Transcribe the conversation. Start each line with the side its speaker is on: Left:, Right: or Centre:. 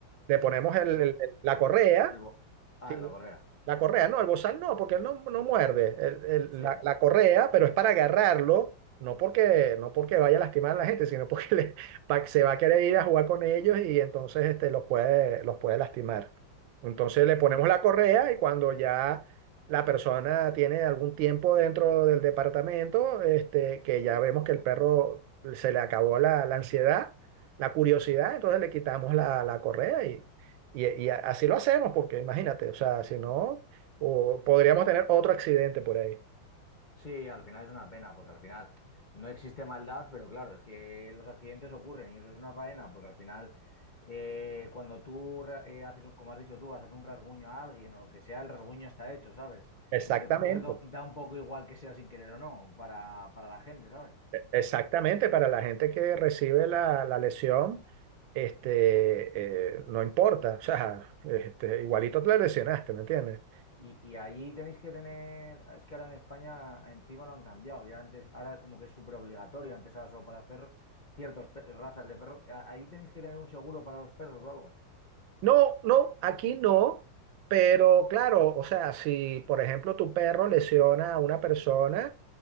Right: le ponemos el-
Left: El,
Right: el- el- la correa
Left: el bo- Ah,
Right: Sí.
Left: en la correa.
Right: La correa, no, el bozal no, porque él no, no muerde. El- el-
Left: Sí.
Right: la, la correa, pero es para agarrarlo, no porque, no porque vaya a lastimar a la gente, sino porque <laughs> le- va- se va a querer ir a jugar con ellos y entonces este, los puede, los puede lastimar. Entonces le ponemos
Left: Hmm.
Right: la correa y cuando ya la persona tiene algún tiempo dentro del departamento, este, que ya vemos que el perro se le acabó la, la ansiedad, la curiosidad, entonces le quitamos la, la correa y, y así lo hacemos, porque imagínate, o sea, si no, o podríamos tener otro accidente por ahí.
Left: Sí, al final es una pena, porque al final no existe maldad, pero claro, es que los accidentes ocurren y eso es una faena, porque al final eh, cuando tú ra- eh, haces, un- como has dicho tú, haces un rasguño a alguien o lo que sea, el rasguño está hecho, ¿sabes?
Right: Exactamente,
Left: Entre comillas, <laughs> da, da un poco igual que sea sin querer o no para, para la gente, ¿sabes?
Right: exactamente. Para la gente que recibe la, la lesión, este, eh, no importa, o sea, este, igualito te la lesionaste, ¿me entiendes?
Left: Y, y allí tenéis que tener, es que ahora en España encima lo han cambiado, ya antes, ahora como que es súper obligatorio, antes era solo para los perros, ciertas razas de perros, ahí tenéis que tener un seguro para los perros o algo.
Right: No, no, aquí no, pero claro, o sea, si por ejemplo tu perro lesiona a una persona,